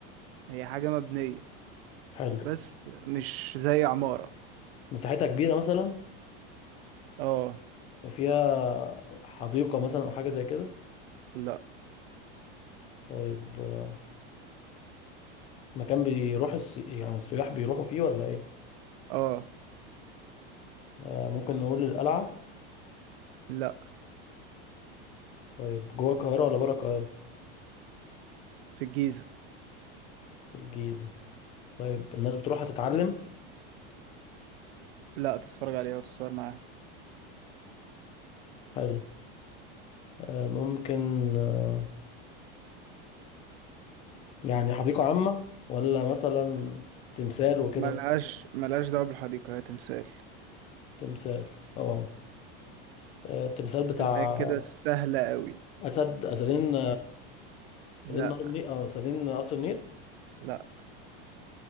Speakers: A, on the right; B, on the left.
A: هي حاجة مبنية
B: حلو
A: بس مش زي عمارة
B: مساحتها كبيرة مثلا
A: اه
B: وفيها حديقة مثلا أو حاجة زي كده
A: لا
B: طيب آه، مكان بيروح السي... يعني السياح بيروحوا فيه ولا إيه؟
A: اه
B: آه، ممكن نقول القلعة
A: لا
B: طيب جوه القاهرة ولا بره القاهرة؟
A: في الجيزة
B: الجيزة طيب الناس بتروح تتعلم
A: لا تتفرج عليها وتتصور معاها
B: حلو آه، ممكن آه، يعني حديقة عامة ولا مثلا تمثال وكده
A: ملهاش ملهاش دعوة بالحديقة هي تمثال
B: تمثال اه آه، التمثال بتاع
A: خدناها كده سهلة قوي
B: اسد اسدين اسدين
A: لا
B: نهر النيل اه اسدين قصر النيل
A: لا